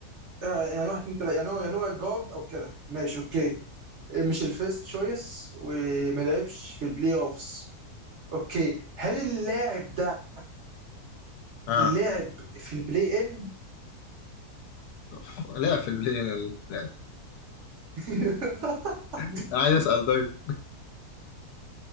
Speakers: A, on the right (about 55°); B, on the left (about 80°).
A: آه يعني واحد اتنين تلاتة يعني هو يعني هو جارد أو كده ماشي اوكي آه، مش الفيرست تشويس وما لعبش في البلاي اوفس اوكي هل اللاعب ده
B: اه
A: لعب في البلاي ان
B: <laughs> لا في البلاي لا
A: <laughs>
B: <laughs> عايز اسال طيب